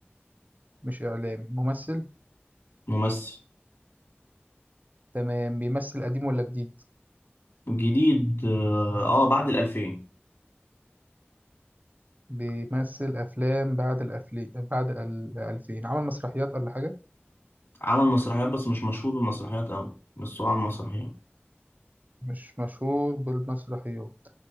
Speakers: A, on the right; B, on the left.
A: مش إعلامي ممثل
B: ممثل
A: تمام بيمثل قديم ولا جديد
B: جديد اه آه، بعد الألفين
A: بيمثل أفلام بعد الأفلي بعد الألفين عمل مسرحيات ولا حاجة
B: عمل مسرحيات بس مش مشهور بالمسرحيات أوي بس هو عمل مسرحيات
A: مش مشهور بالمسرحيات